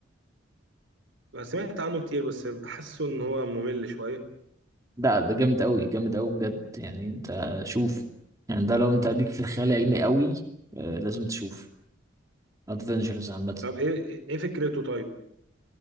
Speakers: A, on the right; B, on the right.
A: سمعت عنه كتير بس بحسه ان هو ممل شويه
B: ده ده جامد قوي جامد قوي بجد يعني انت شوف يعني ده لو انت ليك في الخيال العلمي قوي آه، لازم تشوف ادفنجرز عامه
A: طب ايه ايه فكرته طيب